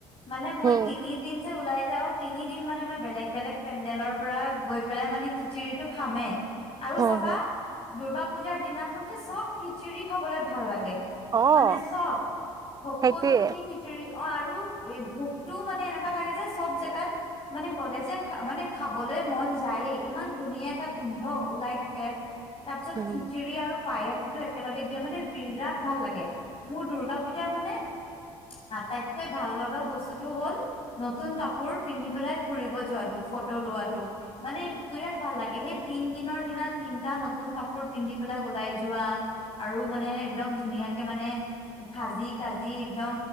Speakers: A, on the left; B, on the right.
A: মানে মই
B: উম
A: তিনিদিন যে ওলাই যাও তিনিদিন মানে মই বেলেগ বেলেগ পেণ্ডেলৰ পৰা গৈ পেলাই মানে খিচিৰিটো খামে আৰু
B: হম
A: চাবা
B: হম
A: দুৰ্গা পূজাৰ দিনাখন যে চব খিচিৰি খাবলে ভাল লাগে।
B: অ
A: মানে চব সকলো
B: সেইটোৱে
A: খিনি খিচিৰি অঁ আৰু এই ভোকটোও মানে এনেকুৱা লাগে যে চব জেগাত মানে গ'লে যে মানে খাবলে মন যায়ে ইমান ধুনীয়া এটা গোন্ধ ওলাই থাকে। তাৰ পিছত
B: উম
A: খিচিৰি আৰু পায়স টো একেলগে দিয়ে মানে বিৰাট ভাল লাগে মোৰ দূৰ্গা পুজাৰ মানে আটাইতকৈ ভাল লগা বস্তুতটো হল নতুন কাপোৰ পিন্ধি পেলাই ফুৰিব যোৱাটো ফটো লোৱাটো মানে বিৰাট ভাল লাগে সেই তিন দিনৰ দিনাত তিনটা নতুন কাপোৰ পিন্ধি পেলাই ওলাই যোৱা আৰু মানে একদম ধুনীয়াকে মানে খাজি কাজি একদম